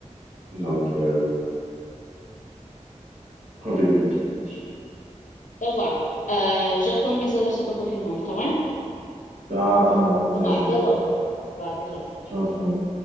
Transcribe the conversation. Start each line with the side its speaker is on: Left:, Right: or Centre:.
Right: Não quero. Convida quantos quiseres.
Left: Então vá. Ah, já te mando mensagem só para confirmar, está bem?
Right: Tá, tá, vá,
Left: Então
Right: até
Left: vá,
Right: já
Left: até
Right: então.
Left: logo. Vá, até já.
Right: Tchau, tchau.